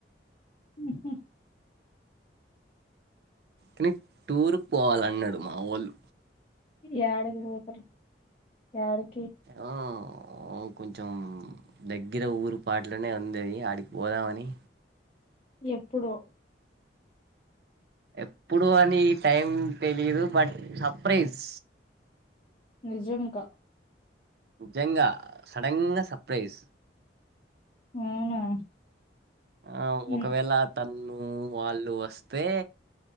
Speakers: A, on the left; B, on the right.
A: మ్ హు
B: కానీ టూర్కు పోవాలన్నాడు మా వాళ్ళు
A: యాడికి పోతరు ఎయాడ్కి
B: ఆ కొంచెం దగ్గర ఊరు పాట్లనే ఉంది అది ఆడికి పోదామని
A: ఎప్పుడో
B: ఎప్పుడు అని టైం తెలియదు బట్ సర్ప్రైజ్
A: నిజంగ
B: నిజంగా సడన్గా సర్ప్రైజ్
A: అవునా
B: ఆ
A: ఉమ్,
B: ఒకవేళ తన్ను వాళ్ళు వస్తే